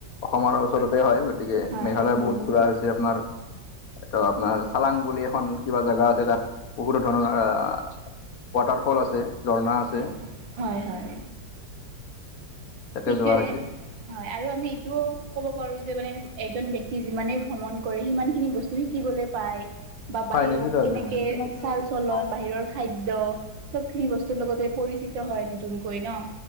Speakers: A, on the left; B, on the right.
A: অসমৰ ওচৰতে হয়, গতিকে
B: হয়
A: মেঘালয়
B: হয়
A: বহুত ঘূৰা হৈছে। যে আপোনাৰ তো আপোনাৰ চালাং বুলি এখন কিবা জেগা আছে তাত বহুতো ধৰণৰ আহ। ৱাটাৰফল আছে, ঝৰ্ণা আছে।
B: হয় হয় হয়
A: তাতে
B: সিটোৱে।
A: যোৱা হৈছে
B: হয়, আৰু আমি এইটোও ক'ব পাৰো যে মানে এজন ব্যক্তি যিমানেই ভ্ৰমণ কৰে সিমানখিনি বস্তু শিকিবলৈ পায় বা
A: হয়
B: বাহিৰত
A: নিশ্চিতভাৱে
B: কেনেকে চাল চলন বাহিৰৰ খাদ্য চবখিনি বস্তুৰ লগতে পৰিচিত হয় নতুনকৈ ন।